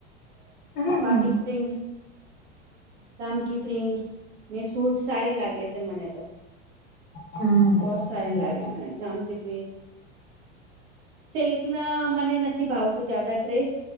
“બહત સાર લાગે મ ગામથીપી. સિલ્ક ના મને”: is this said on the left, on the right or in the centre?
Right